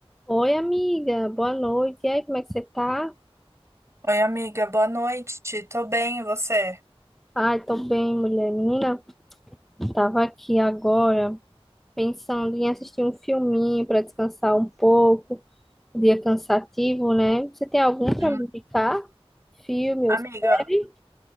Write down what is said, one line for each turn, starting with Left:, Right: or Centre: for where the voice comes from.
Centre: Oi, amiga, boa noite. E aí, como é que você tá?
Right: Oi, amiga, boa noite. Tô bem, e você?
Centre: Ai, tô bem, mulher. Menina, tava aqui agora pensando em assistir um filminho pra descansar um pouco. Dia cansativo, né? Você tem algum pra
Right: Hum,
Centre: me indicar? Filme
Right: Amiga,
Centre: ou série?